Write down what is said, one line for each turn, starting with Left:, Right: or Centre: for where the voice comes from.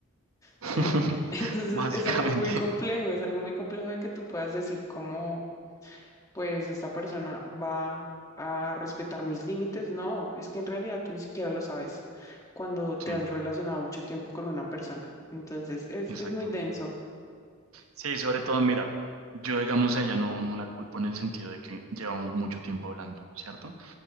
Right: <laughs>
Left: ¿sí? <laughs> Entonces
Right: Básicamente,
Left: es algo muy complejo, es algo muy complejo de que tú puedas decir como, pues esta persona va a respetar mis límites, no, es que en realidad tú ni siquiera lo sabes cuando te
Right: sí,
Left: has relacionado mucho tiempo con una persona. Entonces, es,
Right: exacto.
Left: es muy denso.
Right: Sí, sobre todo, mira, yo digamos a ella no, no la culpo en el sentido de que llevamos mucho tiempo hablando, ¿cierto?